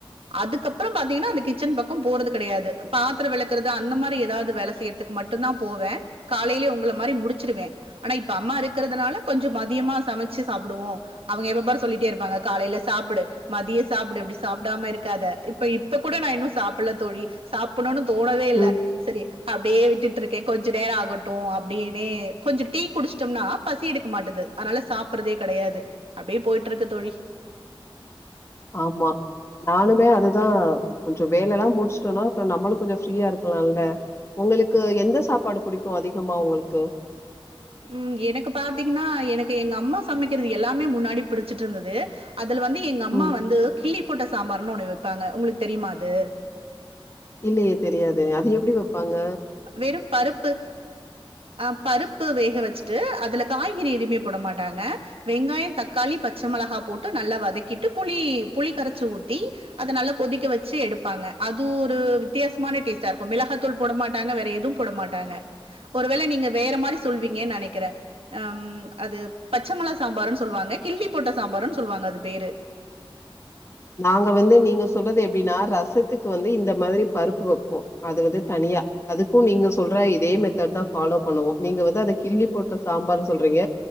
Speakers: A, on the right (about 80°); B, on the left (about 30°).
A: அதுக்கப்பறோ பாத்தீங்கன்னா அந்த கிச்சன் பக்கம் போறது கெடையாது பாத்தரோ வெளக்கறது அந்த மாரி எதாவ்து வேல செய்ய த்துக்கு மட்டுந்தா போவே காலைலே உங்கள மாரி முடிச்சிருவே ஆனா இப்ப அம்மா இருக்கறதுனால கொஞ்சொ மதியமா சமைச்சு சாப்புடுவோ அவங்க எப்ப பாரு சொல்லிட்டே இருப்பாங்க காலைல சாப்புடு மதியொ சாப்புடு இப்டி சாப் டாம இருக்காத இப்ப இப்ப கூட நா இன்னு சாப்புல தோழி சாப்புணுன்னு தோணவே இல்ல
B: ம்
A: சரி அப்டியே விட்டுட்டு இருக்கே கொஞ்சொ நேரோ ஆகட்டு அப்டின்னே கொஞ்சொ டீ குடிச் ட்டம்னா பசி எடுக்க மாட்டது அதனால சாப்பறதே கெடையாது அப்டியே போயிட்டு இருக்கு தோழி
B: ஆமா நானுமே அதுதா கொஞ்சொ வேலை எல்லா முடிச்சுட்டோனா அப்றோ நம்மளு கொஞ்சொ ஃப்ரீயா இருக்கலால்ல உங்களுக்கு எந்த சாப்பாடு புடிக்கு அதிகமா உங்களுக்கு
A: ம் எனக்கு பாத்தீங்கன்னா எனக்கு எங்க அம்மா சமைக்கிறது எல்லாமே முன்னாடி புடிச்சிட்டுருந்தது அதுல வந்து எங்க அம்மா
B: ம்
A: வந்து கிள்ளி போட்ட சாம்பார்னு ஒன்னு வைப்பாங்க உங்களுக்கு தெரியுமா அது
B: இல்லையே தெரியாதே அது எப்டி வைப்பாங்க
A: வெறும் பருப்பு அ பருப்பு வேக வச்சுட்டு அதுல காய்கறி எதுவுமே போட மாட்டாங்க வெங்காயோ தக்காளி பச்ச மொளகா போட்டு நல்லா வதக்கிட்டு புளி புளி கரச்சு ஊத்தி அத நல்லா கொதிக்க வச்சு எடுப்பாங்க அது ஒரு வித்தியாசமான டேஸ்ட்டா இருக்கு மிளகாத்தூள் போட மாட் டாங்க வேற எதுவும் போட மாட்டாங்க ஒரு வேள நீங்க வேற மாரி சொல்வீங்கன்னு நெனைக்கிறே அம் அது பச்ச மொளா சாம்பருன்னு சொல்லுவாங்க கிள்ளி போட்ட சாம்பார்ன்னு சொல்லுவாங்க அது பேரு
B: நாங்க வந்து நீங்க சொல்றது எப்டின்னா ரசத்துக்கு வந்து இந்த மாதிரி பருப்பு வப்போ அது வந்து தனியா அதுக்கு நீங்க சொல்ற இதே மெத்தட்தா ஃபாலோ பண்ணுவோ நீங்க வந்து அத கிள்ளி போட்ட சாம்பார்ன்னு சொல்றீங்க